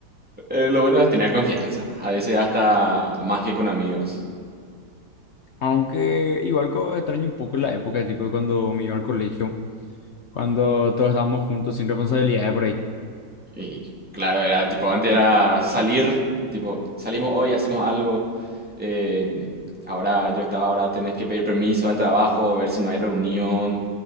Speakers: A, in the centre; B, on the left (about 75°).
A: Eh, lo bueno es tener confianza, a veces hasta más que con amigos.
B: Aunque igual co- extraño un poco la época, tipo cuando me iba al colegio, cuando todos estábamos juntos sin responsabilidades por ahí.
A: Y claro, era tipo, antes era salir, tipo, salimos hoy, hacemos algo. eh, ahora yo estaba, ahora tenés que pedir permiso al trabajo, ver si no hay reunión.